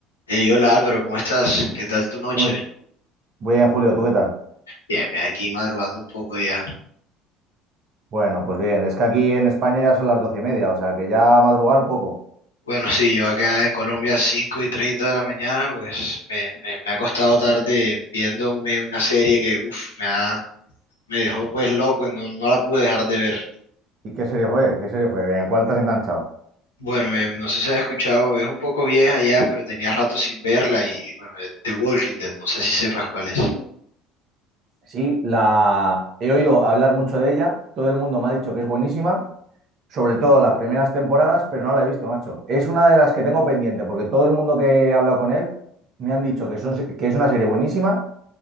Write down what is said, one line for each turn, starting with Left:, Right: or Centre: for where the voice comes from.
Left: Hey, hola Álvaro, ¿cómo estás? ¿Qué tal tu noche?
Right: ¿Cómo es? Muy bien, Julio, ¿tú qué tal?
Left: Bien, bien, aquí madrugando un poco ya.
Right: Bueno, pues bien, es que aquí en España ya son las doce y media, o sea que ya madrugar poco.
Left: Bueno, sí, yo acá en Colombia 5 y 30 de la mañana, pues me, me, me ha costado tarde viéndome una serie que, uff, me ha, me dejó pues loco, no, no la pude dejar de ver.
Right: ¿Y qué serie fue? ¿Qué serie fue? ¿En cuál te has enganchado?
Left: Bueno, me- no sé si has escuchado, es un poco vieja ya, pero tenía rato sin verla y, y bueno, The Walking Dead, no sé si sepas cuál es.
Right: Sí, la he oído hablar mucho de ella, todo el mundo me ha dicho que es buenísima, sobre todo las primeras temporadas, pero no la he visto, macho. Es una de las que tengo pendiente, porque todo el mundo que he hablado con él me han dicho que, son... que es una serie buenísima